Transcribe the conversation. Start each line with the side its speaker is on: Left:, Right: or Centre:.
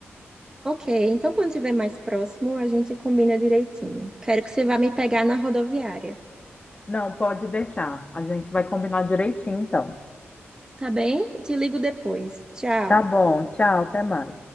Right: Ok, então quando estiver mais próximo, a gente combina direitinho. Quero que você vá me pegar na rodoviária.
Left: Não, pode deixar. A gente vai combinar direitinho, então.
Right: Tá bem? Te ligo depois. Tchau.
Left: Tá bom, tchau, até mais.